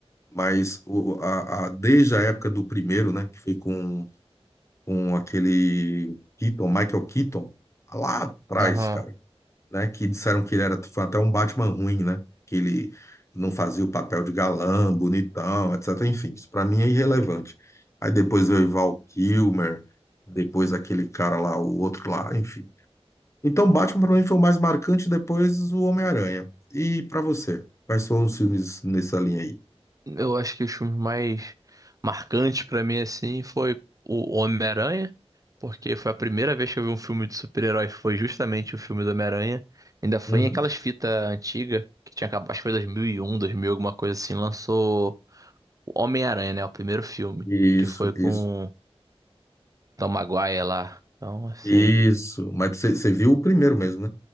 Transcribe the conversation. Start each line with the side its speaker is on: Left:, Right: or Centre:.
Left: mas o- a, a- desde a época do primeiro, né, que foi com, com aquele Keaton, Michael Keaton, lá atrás,
Right: aham.
Left: cara. né? Que disseram que ele era foi até um Batman ruim, né? Que ele não fazia o papel de galã, bonitão, etc. Enfim, isso pra mim é irrelevante. Aí depois veio Val Kilmer, depois aquele cara lá, o outro lá, enfim. Então Batman pra mim foi o mais marcante, depois o Homem-Aranha. E pra você, quais foram os filmes nessa linha aí?
Right: Eu acho que os filmes mais marcantes pra mim, assim, foi o Homem-Aranha, porque foi a primeira vez que eu vi um filme de super-herói, foi justamente o filme do Homem-Aranha. Ainda foi
Left: Uhum.
Right: em aquelas fitas antigas, que tinha acabado, acho que foi dois mil e um, dois mil alguma coisa assim, lançou. o Homem-Aranha, né? O primeiro filme,
Left: Isso,
Right: que foi com
Left: isso,
Right: o Tom Maguire lá. Então, assim,
Left: isso. Mas você você viu o primeiro mesmo, né?